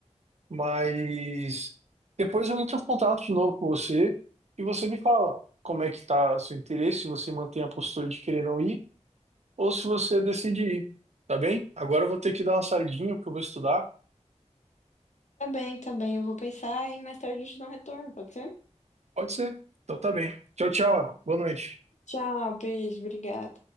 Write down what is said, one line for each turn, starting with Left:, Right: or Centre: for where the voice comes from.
Right: Mas depois eu entro em contato de novo com você e você me fala como é que tá seu interesse, se você mantém a postura de querer não ir ou se você decide ir, tá bem? Agora eu vou ter que dar uma saidinha porque eu vou estudar.
Left: Tá bem, tá bem. Eu vou pensar e mais tarde eu te dou um retorno, pode ser?
Right: Pode ser. Então tá bem. Tchau, tchau. Boa noite.
Left: Tchau, beijo, obrigada.